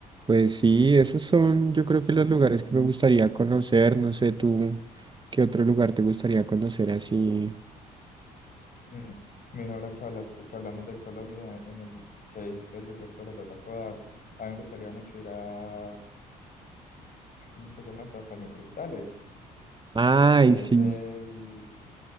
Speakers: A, on the right; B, on the left.
A: Pues sí, esos son, yo creo que los lugares que me gustaría conocer, no sé tú, ¿qué otro lugar te gustaría conocer así?
B: Mm. Mira, ahora que hablaste, que hablamos de Colombia, en el que dijiste el desierto de la Tatacoa, a mí me gustaría mucho ir a, ¿cómo es que se llama eso? A Caño Cristales,
A: Ay,
B: que
A: sí,
B: es el,